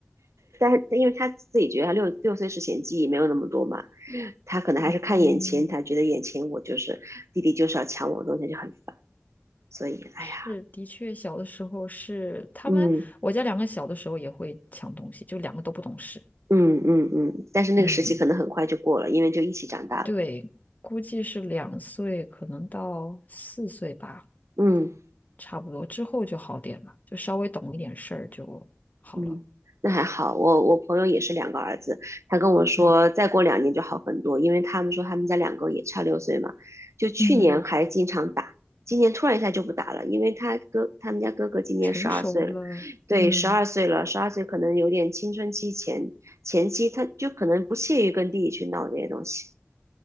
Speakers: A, on the right; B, on the left.
A: 但是因为他自己觉得他六六岁之前记忆没有那么多嘛，他可能还是看眼前，
B: <laughs> 嗯，
A: 他觉得眼前我就是弟弟就是要抢我的东西就很烦，所以哎呀，
B: 是，的确，小的时候是他们，
A: 嗯
B: 我家两个小的时候也会抢东西，就两个都不懂事。
A: 嗯嗯嗯，但是那个时期可能很快就过了，
B: 嗯。
A: 因为就一起长大了，
B: 对，估计是两岁，可能到四岁吧，
A: 嗯
B: 差不多之后就好点了，就稍微懂一点事儿就好了。
A: 嗯，那还好，我我朋友也是两个儿子，他跟我说再过两年就好很多，
B: 嗯
A: 因为他们说他们家两个也差六岁嘛，就去年还经常打，
B: 嗯，
A: 今年突然一下就不打了，因为他哥他们家哥哥今年十二岁了，
B: 成熟了，
A: 对，
B: 嗯，
A: 十二岁了，十二岁可能有点青春期前前期，他就可能不屑于跟弟弟去闹这些东西。